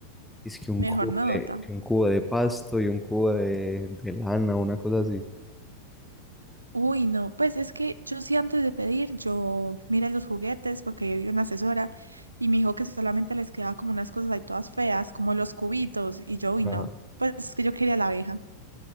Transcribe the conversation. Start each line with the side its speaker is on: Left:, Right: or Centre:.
Centre: es que un
Right: Mejor
Centre: cubo
Right: nadota.
Centre: de, que un cubo de pasto y un cubo de, de lana, una cosa así.
Right: Uy, no, pues es que yo sí antes de pedir, yo miré los juguetes porque yo vi una asesora y me dijo que solamente les quedaba como unas cosas ahí todas feas, como los cubitos, y yo, uy,
Centre: Ajá.
Right: no, pues es que yo quería la abeja,